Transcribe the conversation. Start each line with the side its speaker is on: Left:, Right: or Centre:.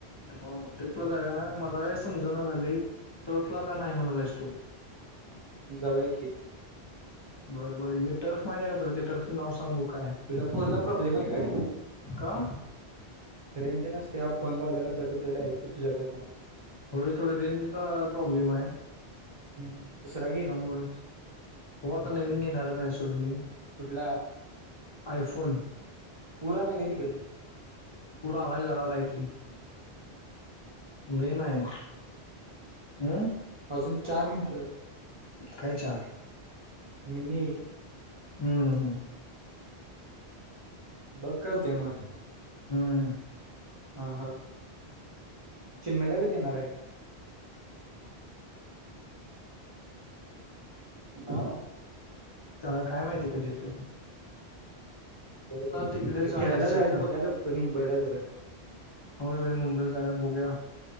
Left: हो ट्रिपला जाव मला काही समजण झाली टोपला का नाही म्हणालाच तो
Right: जाऊय की
Left: बरं बर टर्फ माहिती आहे काला त्या टर्फचं नाव सांग बू काय
Right: तुझ्या फोन ला प्रॉब्लेम आहे काय
Left: का
Right: रेंज नसते त्या फोन लावल्याला कटुत डायरेक्ट तुझ्याकडनं
Left: होय थोडी रेंजचा प्रॉब्लेम आहे
Right: हम्म दुसरग
Left: हो आता नवीन घेणारच आहे सोड मी
Right: कुठला
Left: आयफोन
Right: पुरा नाही का तिकडे
Left: पुूरा आलाय जराला इटली
Right: हम्म
Left: ल नाहीय हम्
Right: अजून चार म्हटलं
Left: कायच्या
Right: मिनिट
Left: हम्म
Right: बघकाव तेमा
Left: हम्
Right: हा ह चिन्ैदागद येणार आहे आा
Left: तरला काय माहिती कधथ
Right: बरं बर
Left: तिकडेच
Right: ते
Left: आलाय
Right: फिरायला
Left: शिफ्ट
Right: जायचं बघायला उगर मुंबईला वैरे
Left: हो मुंबईत जा बोघ्या